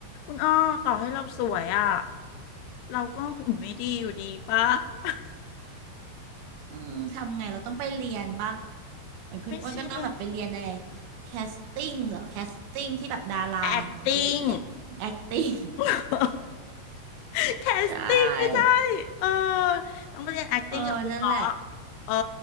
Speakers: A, on the left; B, on the right.
A: คุณอ้อต่อให้เราสวยอ่ะเราก็หุ่นไม่ดีอยู่ดีปะ <laughs>
B: อืมทำไงเราต้องไปเรียนปะเหมือนคุณอ้วนก็ต้องแบบไปเรียนใน
A: ไม่ใช่เล่น
B: แคสติ้งเหรอแคสติ้งที่แบบดาราเหรออะไรอย่างเงี้ย
A: acting
B: acting
A: <laughs> casting
B: ใช่
A: ไม่ใช่เออต้องไปเรียน acting
B: เออนั่นแหละ
A: กับครูก่อนเออ